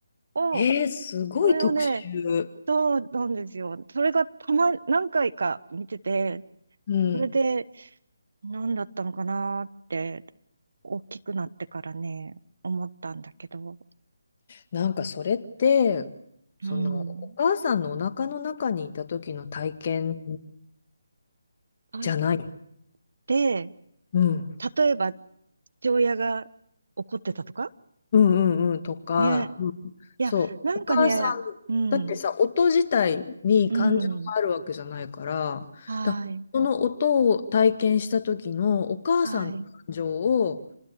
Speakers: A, on the right; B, on the left.
A: を、
B: えー、すごい特集。
A: それをね、そうなんですよ。それがたま、何回か見てて、
B: うん。
A: それで、何だったのかなって、大きくなってからね、思ったんだけど、
B: なんかそれって、そのお母さんのお腹の中にいた時の体験
A: うん。はい。
B: じゃない。
A: で、
B: うん。
A: 例えば、父親が怒ってたとか
B: うんうんうんとか、
A: ね。
B: うん
A: いや、
B: そう、
A: なんかね、
B: お母さん、
A: うん、
B: だってさ、音自体に感情があるわけじゃないから、
A: うん、はい、
B: だその音を体験した時のお母さんの感情を
A: はい。